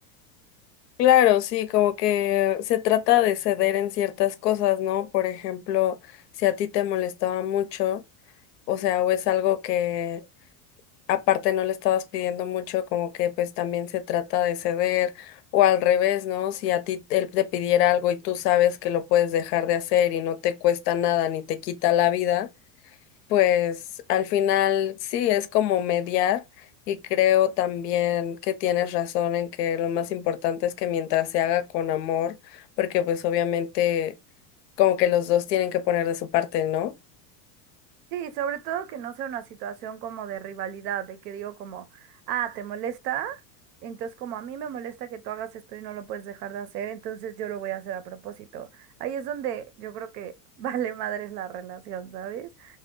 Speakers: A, on the left; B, on the right.
A: Claro, sí, como que se trata de ceder en ciertas cosas, ¿no? Por ejemplo, si a ti te molestaba mucho, o sea, o es algo que aparte no le estabas pidiendo mucho, como que pues también se trata de ceder, o al revés, ¿no? Si a ti él te pidiera algo y tú sabes que lo puedes dejar de hacer y no te cuesta nada ni te quita la vida pues al final sí, es como mediar y creo también que tienes razón en que lo más importante es que mientras se haga con amor, porque pues obviamente como que los dos tienen que poner de su parte, ¿no?
B: Sí, sobre todo que no sea una situación como de rivalidad, de que digo como, ah, ¿te molesta? Entonces como a mí me molesta que tú hagas esto y no lo puedes dejar de hacer, entonces yo lo voy a hacer a propósito. Ahí es donde yo creo que <laughs> vale madres la relación, ¿sabes?